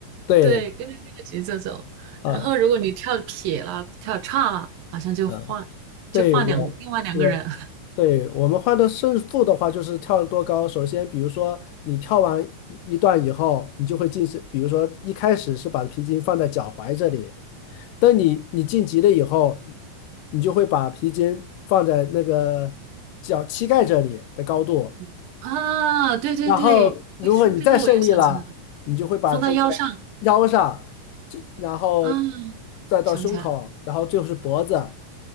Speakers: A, on the left (about 80°); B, on the right (about 80°).
A: 对，
B: 对，跟着这个节奏走。
A: 啊
B: 然后如果你跳撇了、跳岔了，好像就换就换两另外两个人
A: 啊，对我我对，我们换的胜负的话，就是跳得多高。首先，比如说你跳完一一段以后，你就会进是，比如说一开始是把皮筋放在脚踝这里，等你你晋级了以后，你就会把皮筋放在那个脚膝盖这里的高度。
B: <laughs> 啊，对对对，
A: 然后如果你再胜利了，
B: 你说这个我又想起来了，
A: 你就会把这个腰上，
B: 放到腰上，
A: 这然后
B: 嗯，
A: 再到胸口，
B: 想起来，
A: 然后最后是脖子，